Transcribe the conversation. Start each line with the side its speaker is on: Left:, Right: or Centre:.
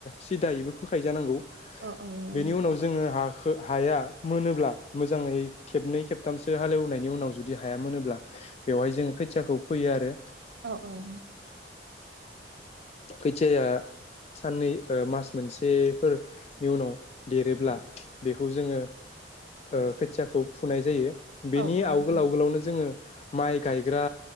Left: सिदायैबो फोखायो जानांगौ
Right: औ औ नंगौ
Left: बेनि
Right: नोंथां
Left: उनाव जोङो हा खो हाया मोनोब्ला मोजाङै खेबनै खेबथामसो हालेवनायनि उनाव जुदि हाया मोनोब्ला बेवहाय जोङो खोथियाखौ फैयो आरो
Right: औ औ
Left: खै खोथियाया साननै ओ मास मोनसेफोरनि उनाव देरोब्ला बेखौ जोङो ओ खोथियाखौ फुनाय जायो बेनि
Right: औ औ
Left: आवगोल
Right: नंगौ नोंथां
Left: आवगोलावनो जोङो माइ गायग्रा